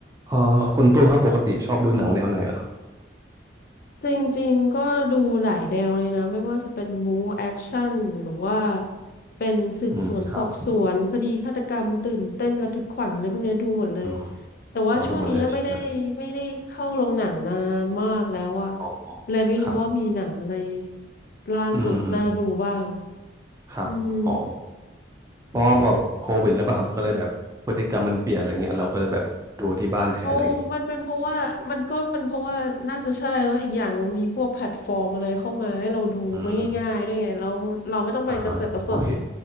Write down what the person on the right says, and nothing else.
เอ่อคุณตุ้มครับปกติชอบดูหนังแนวไหนเหรอครับ
อืมครับอืม
อ๋อดูหมดเลยใช่ไหมฮะอ๋อ
ครับ
อืมอืมครับอ๋อ
เพราะว่าแบบโควิดแล้วป่ะครับก็เลยแบบพฤติกรรมมันเปลี่ยนอะไรเงี้ยเราก็เลยแบบดูที่บ้านแทนอะไรเงี้ย
อืมอ่าฮะโอเค